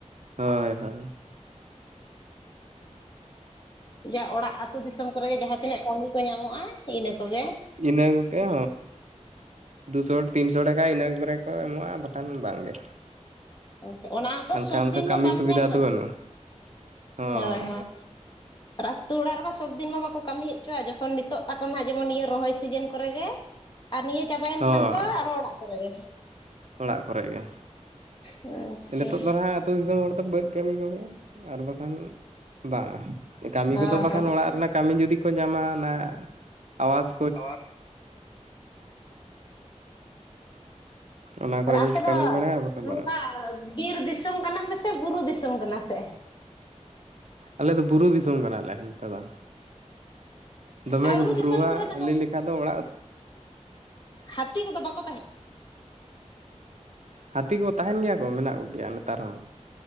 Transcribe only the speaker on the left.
ᱡᱟ ᱚᱲᱟᱜ ᱟᱹᱛᱩ ᱫᱤᱥᱚᱢ ᱠᱚᱨᱮᱜᱮ ᱡᱟᱦᱟᱸ ᱛᱤᱱᱟᱹᱜ ᱠᱟᱹᱢᱤ ᱠᱚ ᱧᱟᱢᱚᱜ-ᱟ ᱤᱱᱟᱹ ᱠᱚᱜᱮ᱾
ᱟᱪᱪᱷᱟ ᱚᱱᱟ ᱦᱚᱸᱛᱚ
ᱥᱚᱵᱫᱤᱱ
ᱢᱟ
ᱵᱟᱢ
ᱧᱟᱢᱟ
ᱦᱳᱭ ᱦᱳᱭ
ᱟᱨ ᱟᱹ ᱛᱩ ᱚᱲᱟᱜ ᱨᱮᱢᱟ ᱥᱚᱵᱽᱫᱤᱱ ᱢᱟ ᱵᱟᱠᱚ ᱠᱟᱹᱢᱤ ᱦᱮᱪᱚᱣᱟ ᱡᱚᱠᱷᱚᱱ ᱱᱤᱛᱚᱜ ᱛᱟᱠᱚ ᱱᱦᱟᱜ ᱡᱮᱢᱚᱱ ᱱᱤᱭᱟᱹ ᱨᱚᱦᱚᱭ ᱥᱤᱡᱤᱱ ᱠᱚᱨᱮ ᱜᱮ
ᱟᱨ ᱱᱤᱭᱟᱹ ᱪᱟᱵᱟᱭᱮᱱ
ᱠᱷᱟᱱ ᱫᱚ ᱟᱨᱚ ᱚᱲᱟᱜ ᱠᱚᱨᱮ ᱜᱮ᱾
ᱟᱪᱪᱷᱟ
ᱦᱳᱭ
ᱦᱳᱭ
<inaudible>
ᱟᱫᱚ ᱟᱯᱮ
ᱫᱚ
ᱱᱚᱝᱠᱟ
ᱵᱤᱨ ᱫᱤᱥᱚᱢ ᱠᱟᱱᱟ ᱯᱮ ᱥᱮ ᱵᱩᱨᱩ ᱫᱤᱥᱚᱢ ᱠᱟᱱᱟ ᱯᱮ?
ᱟᱨ
ᱵᱩᱨᱩ
ᱫᱤᱥᱚᱢ ᱠᱚᱨᱮ ᱫᱚ
ᱦᱟᱛᱤ ᱠᱚᱫᱚ ᱵᱟᱠᱚ ᱛᱟᱦᱮᱸ?